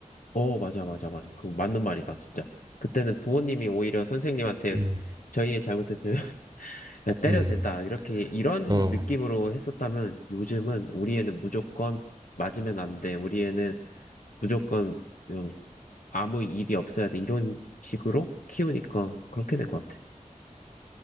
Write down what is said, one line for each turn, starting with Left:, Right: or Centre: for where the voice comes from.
Left: 어, 맞아, 맞아, 맞아. 그 맞는 말이다, 진짜. 그때는 부모님이 오히려 선생님한테
Right: 음,
Left: 저희의 잘못했으면 <laughs> 그냥 때려도
Right: 음,
Left: 된다. 이렇게, 이런
Right: 어,
Left: 느낌으로 했었다면 요즘은 우리 애는 무조건 맞으면 안 돼. 우리 애는 무조건 그냥 아무 일이 없어야 돼. 이런 식으로 키우니까 그렇게 될 것 같아.